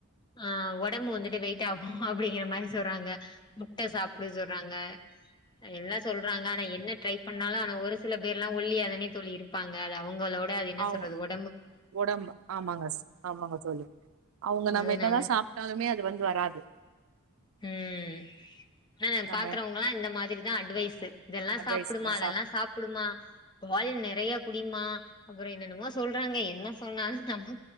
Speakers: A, on the left; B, on the right.
A: அ உடம்பு வந்துட்டு வெயிட் ஆகு அப்டிங்கிற மாரி சொல்றாங்க முட்ட சாப்ட சொல்றாங்க எல்லா சொல்றாங்க ஆனா என்ன ட்ரை பண்ணாலு ஆனா ஒரு சில பேர்ல்லா ஒல்லியா தான தோழி இருப்பாங்க அது அவங்களோட த அது என்ன
B: ஆமா
A: சொல்றது ஓட்
B: ஒடம்பு ஆமாங்கஸ் ஆமாங்க தோழி அவங்க நம்ம
A: அதனால
B: என்னதா சாப் சாப்டாலுமே அது வந்து வராது
A: ம் ஆ
B: நம்ம
A: பாக்குறவங்கல்லா இந்த மாதிரிதா அட்வைஸ்சு இதெல்லா
B: அட்வைஸ்
A: சாப்டுமா
B: ஆ
A: அதெல்லா சாப் குடுமா வால் நெறயா குடிமா அப்றோ என்னென்னமோ சொல்றாங்க என்ன சொன்னால் நம்ம